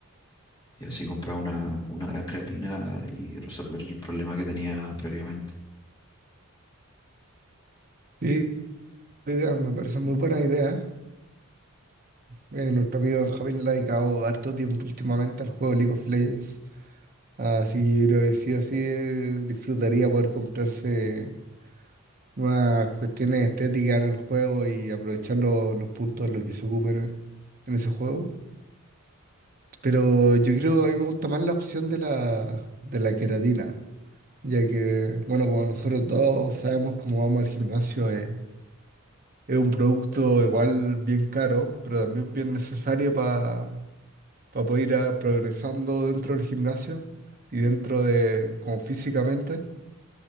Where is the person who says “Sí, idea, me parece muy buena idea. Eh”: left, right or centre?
Right